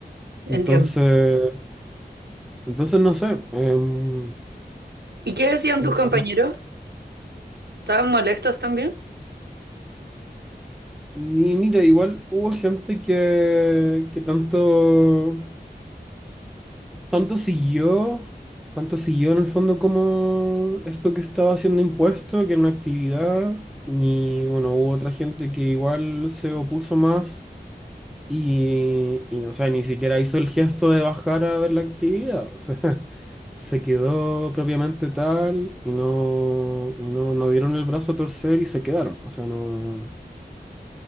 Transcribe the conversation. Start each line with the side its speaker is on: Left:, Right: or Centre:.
Centre: Entonces,
Right: Entiendo.
Centre: entonces no sé. em,
Right: ¿Y qué decían tus compañeros?
Centre: a mí,
Right: ¿Estaban molestos también?
Centre: ni, mira, igual hubo gente que, que tanto, tanto siguió, tanto siguió en el fondo como esto que estaba haciendo impuesto, que era una actividad. Y bueno, hubo otra gente que igual se opuso más Y, y no sé, ni siquiera hizo el gesto de bajar a ver la actividad. O sea, <laughs> se quedó propiamente tal y no, y no, no dieron el brazo a torcer y se quedaron. O sea, no.